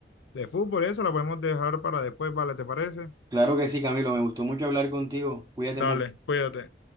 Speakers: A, on the left (about 70°); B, on the right (about 20°).
A: de fútbol, eso la podemos dejar para después, ¿vale? ¿Te parece?
B: Claro que sí, Camilo, me gustó mucho hablar contigo. Cuídate
A: Dale,
B: mucho.
A: cuídate.